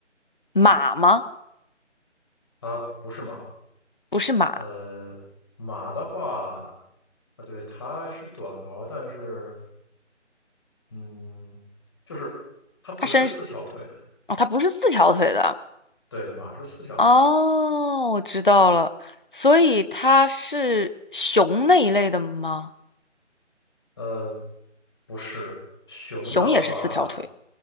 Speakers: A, on the left; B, on the left.
A: 马吗？
B: 它不是马。
A: 不是马，
B: 呃，马的话，啊，对，它是短毛，但是嗯，就是它不是四条腿的，
A: 它身哦，它不是四条腿的。
B: 对，马是四条腿的。
A: 哦，我知道了。所以它是熊那一类的吗？
B: 呃，不是，熊的话，
A: 熊也是四条腿。